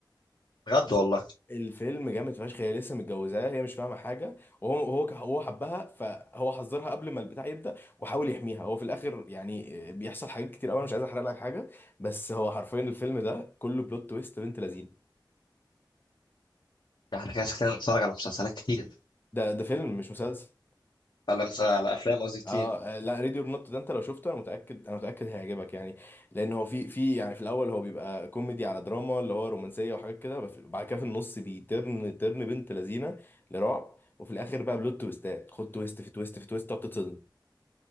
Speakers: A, on the left; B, on the left.
A: بجد والله
B: الفيلم جامد فشخ هي لسه متجوزاه هي مش فاهمه حاجه وهو هو هو حبها فهو حذرها قبل ما البتاع يبدا وحاول يحميها هو في الاخر يعني آه، بيحصل حاجات كتير قوي انا مش عايز احرق لك حاجه بس هو حرفيا الفيلم ده كله بلوت تويست بنت لذينه
A: احنا كده شكلنا بنتفرج على مسلسلات كتير
B: ده ده فيلم مش مسلسل
A: على مس- على افلام قصدي كتير
B: اه آه، لا ريدي اور نوت ده انت لو شفته انا متاكد انا متاكد هيعجبك يعني لان هو في في يعني في الاول هو بيبقى كوميدي على دراما اللي هو رومانسيه وحاجات كده بس بعد كده في النص بيترن ترن بنت لذينه لرعب وفي الاخر بقى بلوت تويستات خد تويست في تويست في تويست تقعد تتصدم